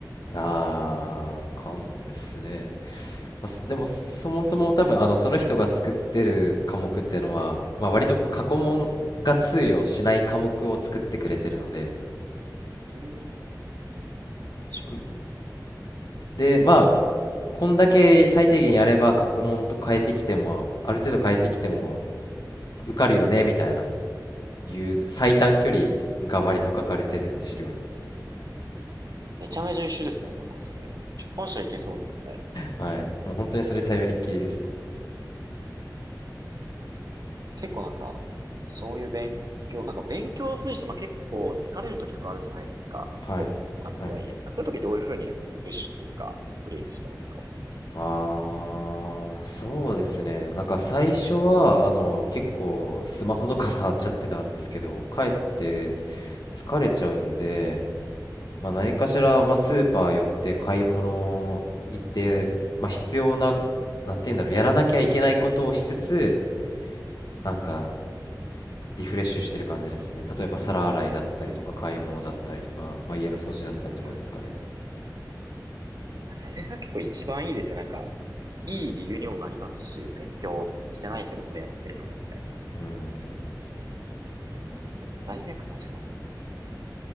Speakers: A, on the left; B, on the right.
A: あー、かもですね。まあ、そでも、そもそも多分、あの、その人が作ってる科目っていうのは、まあ、割と過去問が通用しない科目を作ってくれてるので、
B: うーん、確か
A: うんで、まあ、こんだけ最低限やれば過去問と変えてきても、ある程度変えてきても受かるよね、みたいな、いう最短距離が割と書かれてる資料で。
B: に。うんめちゃめちゃ優秀ですね、なんかそれ。出版社いけそうですね。
A: はい。もう本当にそれ頼りっきりですね。
B: 結構なんか、そういう勉強、なんか勉強するにしても結構疲れる時とかあるじゃないですか。テストのあるとはいえ。
A: はい。はい。
B: そういう時どういうふうになんかリフレッシュっていうか、ブレイクしてますか
A: あー、そうですね。なんか最初は、あの、結構スマホとか触っちゃってたんですけど、帰って疲れちゃうんで、まあ何かしら、まあスーパー寄って買い物行って、まあ必要な、なんて言うんだろう、やらなきゃいけないことをしつつ、なんかリフレッシュしてる感じですね。例えば皿洗いだったりとか、買い物だったりとか、まあ家の掃除だったりとかですかね。
B: うん。それが結構一番いいですよ。なんか、いい理由にもなりますし、勉強してないけどこれやってるからみたいな。
A: うーん。
B: あと罪悪感しかわかないから。